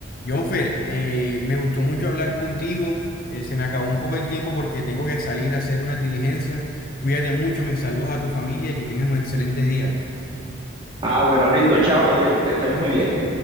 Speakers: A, on the left (about 45°); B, on the right (about 25°).
A: Jonfer, eh, me gustó mucho hablar contigo. Eh, se me acabó un poco el tiempo porque tengo que salir a hacer unas diligencias. Cuídate mucho, me saludas a tu familia y que tengas un excelente día.
B: Ah, bueno, listo. Chao, Diego. Que estés muy bien.